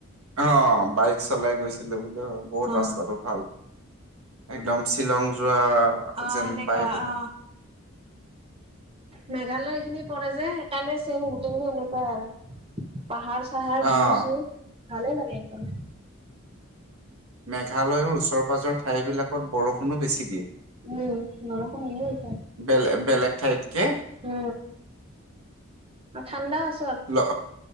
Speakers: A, on the right (about 85°); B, on the right (about 25°).
A: অ' বাইক চলাই গৈছিলোঁ বোলো বহুত
B: অ
A: ৰাস্তাটো ভাল। একদম শ্বিলং যো যোৱা
B: অ
A: যেন
B: সেনেকুৱা
A: ভাইপ।
B: অ মেঘালয়খিনি পৰে যে হেকাণে ছেম গোটেইখিনি এনেকুৱাই আৰু। পাহাৰ চাহাৰ,
A: অ'।
B: ভিউ চিউ, ভালে লাগে এইখন।
A: মেঘালয়ৰ ওচৰ পাজৰ ঠাইবিলাকত বৰষুণো বেছি দিয়ে।
B: উ বৰষুণ দিয়েই।
A: বেলে-বেলেগ ঠাইতকে।
B: উ। আ ঠাণ্ডা আছ
A: ল,